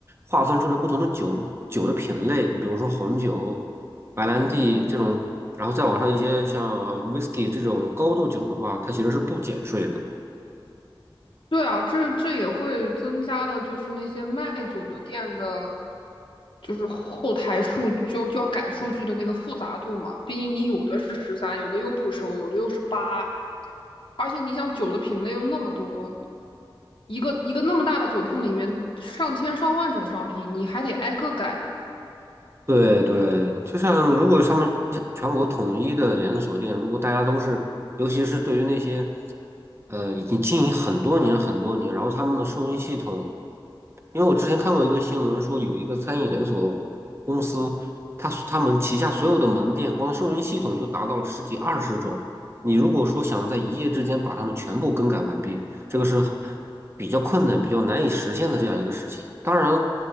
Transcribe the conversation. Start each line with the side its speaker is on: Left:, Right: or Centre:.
Right: 划分出了不同的酒酒的品类，你比如说红酒、白兰地这种，然后再往上一些像 whisky 这种高度酒的话，它其实是不减税的。
Left: 对啊，这这也会增加了，就是那些卖酒的店的，就是后台数就就要改数据的那个复杂度嘛。毕竟你有的是十三，有的又不收，有的又是八，而且你想酒的品类又那么多，一个一个那么大的酒铺里面上千上万种商品，你还得挨个改啊。
Right: 对对，就像如果上面全国统一的连锁店，如果大家都是，尤其是对于那些，呃，已经经营很多年很多年，然后他们的收银系统，因为我之前看过一个新闻，说有一个餐饮连锁公司，他他们旗下所有的门店，光收银系统就达到了十几二十种。你如果说想在一夜之间把它们全部更改完毕，这个是比较困难、比较难以实现的这样一个事情。当然，